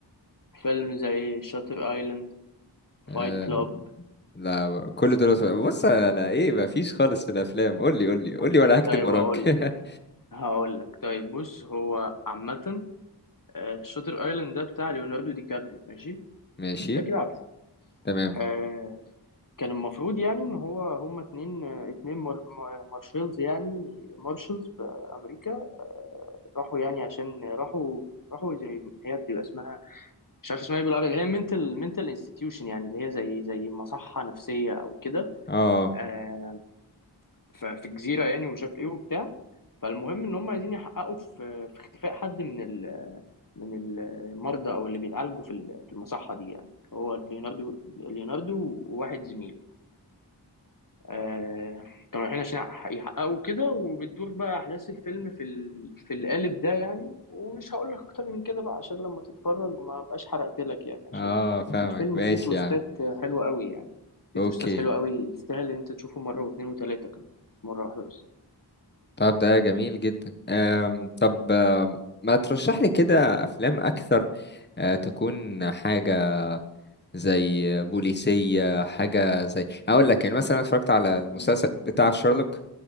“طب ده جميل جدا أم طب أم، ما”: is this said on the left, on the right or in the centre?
Left